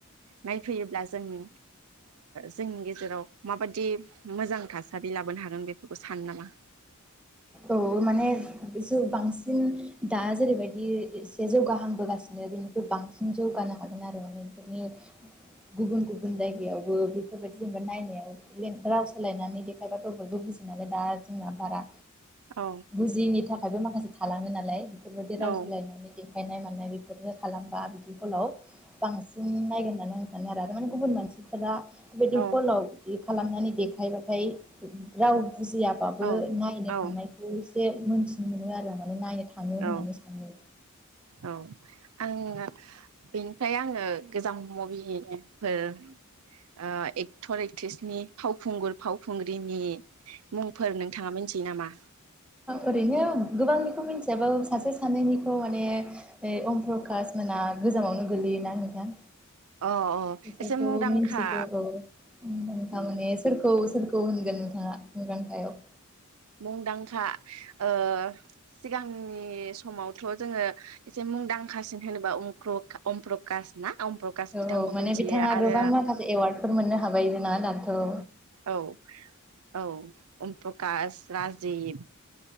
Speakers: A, on the right (about 75°); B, in the centre.
A: नायफैयोब्ला जों ओ जोंनि गेजेराव माबादि मोजां थासारि लाबोनो हागोन बेफोरखौ सानो नामा।
B: औ माने ज बांसिन दा जेरैबायदि एसे जौगाहांबोगासिनो बेनिख्रुइ बांसिन जौगानो हागोन आरो माने बेफोरनि गुबुन-गुबुन जायगायावबो बेफोरबायदि जेनेबा नायनायाव राव सोलायनानै देखायबाथ' बयबो बुजियो नालाय दा जोंना बारा
A: औ
B: बुजियिनि थाखाय बेआवबो माखासे थालां ओ नालाय। बेफोरबायदि राव
A: औ
B: सोलायनानै दे गायनाय मानाय बेफोर खालामबा बिदि फलाव बांसिन नायगोन होननानै आं सानो आरो माने गुबुन मानसिफोरा बेबादि
A: औ
B: हलाव बिदि खालामनानै देखायबाथाय राव बुजियाबाबो
A: औ
B: नायनो
A: औ
B: थांनायखौ एसे मोनथिनो मोनो आरो माने नायनो थाङो होननानै
A: औ
B: सानो।
A: औ आङो बेनिफ्राय आङो गोजाम मुभिफोर ओ एक्टर एक्ट्रिसनि फावखुंगुर फावखुंग्रिनि मुंफोर नोंथाङा मिथियो नामा।
B: ओरैनो गोबांनिखौ मिथियाबो सासे सानैनिखौ माने ओइ अमप्रकास मोनहा गोजामावनो गोलैयोना नोंथां
A: अ
B: बिसोरखौ
A: एसे मुंदांखा
B: मिथिगौ औ नोंथां
A: उम
B: माने सोरखौ सोरखौ औ होनगोन नोंथाङा मुंदांखायाव
A: मुंदांखा ओ सिगांनि समावथ जोंङो एसे मुंदांखासिन होनोबा अमप्र-अमप्रकास ना। अम प्रकास बिथांखौ
B: औ औ माने
A: मिथियो
B: बिथाङा
A: आरो
B: गोबां माखासे एवार्डफोर मोननो हाबाय ना दा औ
A: औ औ अमप्रकास राजिब